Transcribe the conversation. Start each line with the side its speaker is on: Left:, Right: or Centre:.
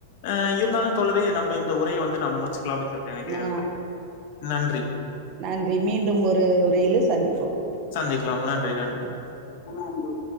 Left: ஆ இருந்தாலும் தோழரே நம்ம இந்த உரைய வந்து நம்ம முடிச்சுக்கலா அப்டின்னு சொல்டு நெனைக்கிறே
Right: ஆ
Left: நண்பரே நன்றி
Right: நன்றி மீண்டும் ஒரு உரையிலோ சந்திப்போம்
Left: சந்திக்கலாம் நன்றி நன்றி நன்றி நன்றி